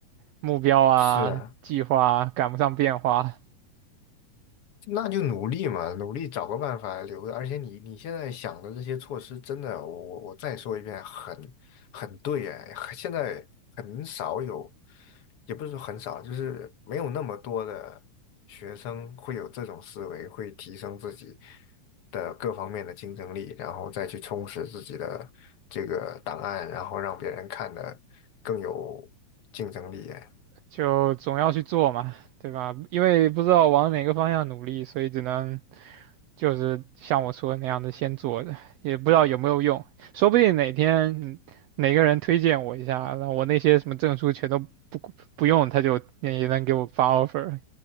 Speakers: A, on the right; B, on the left.
A: 目标啊、
B: 是啊。
A: 计划啊赶不上变化。
B: 那就努力嘛，努力找个办法留着。而且你你现在想的这些措施，真的，我我我再说一遍，很很对哎，很现在很少有，也不是说很少，就是没有那么多的学生会有这种思维，会提升自己的各方面的竞争力，然后再去充实自己的这个档案，然后让别人看的更有竞争力哎。
A: 就总要去做嘛，对吧？因为不知道往哪个方向努力，所以只能就是像我说的那样的先做着，也不知道有没有用。说不定哪天嗯哪个人推荐我一下，那我那些什么证书全都不不用，他就也能给我发 offer。